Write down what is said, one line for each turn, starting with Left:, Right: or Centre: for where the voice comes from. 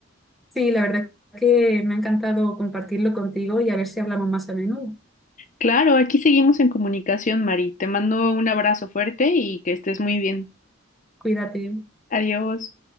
Centre: sí, la verdad que me ha encantado compartirlo contigo y a ver si hablamos más a menudo.
Left: Claro, aquí seguimos en comunicación, Mari. Te mando un abrazo fuerte y que estés muy bien.
Centre: Cuídate.
Left: Adiós.